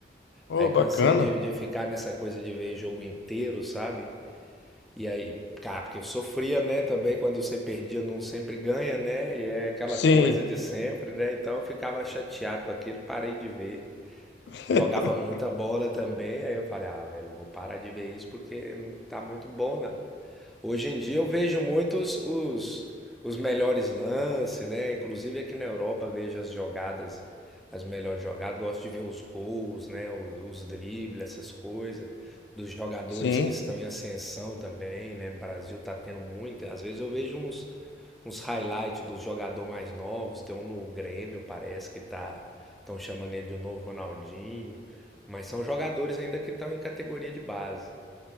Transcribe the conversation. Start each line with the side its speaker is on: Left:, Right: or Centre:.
Left: Ô,
Centre: Aí
Left: bacana.
Centre: cansei de, de ficar nessa coisa de ver jogo inteiro, sabe? E aí, cara, porque eu sofria, né, também quando você perdia, não sempre ganha, né? E é aquela
Left: Sim,
Centre: coisa de sempre, né? Então eu ficava chateado com aquilo, parei de ver.
Left: <laughs>
Centre: Jogava muita bola também, aí eu falei, ah, velho, eu vou parar de ver isso porque não tá muito bom, não. Hoje em dia eu vejo muitos os, os melhores lances, né? Inclusive aqui na Europa vejo as jogadas, as melhores jogadas. Gosto de ver os gols, né? Os, os dribles, essas coisas. Dos jogadores
Left: sim.
Centre: que estão em ascensão também, né? No Brasil tá tendo muito. Às vezes eu vejo uns, uns highlights dos jogadores mais novos. Tem um no Grêmio, parece que tá, estão chamando ele de um novo Ronaldinho. Mas são jogadores ainda que estão em categoria de base.